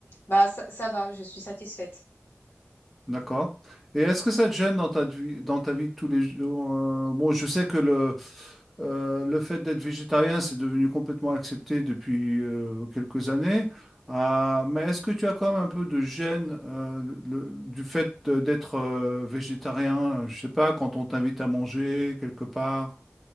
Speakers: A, on the left; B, in the centre.
A: bah ça, ça va, je suis satisfaite.
B: D'accord. Et est-ce que ça te gêne dans ta vie, dans ta vie de tous les jours? Euh, bon, je sais que le, Euh, le fait d'être végétarien, c'est devenu complètement accepté depuis euh, quelques années. Ah, mais est-ce que tu as quand même un peu de gêne euh, le- du fait de- d'être euh, végétarien? Je sais pas, quand on t'invite à manger quelque part.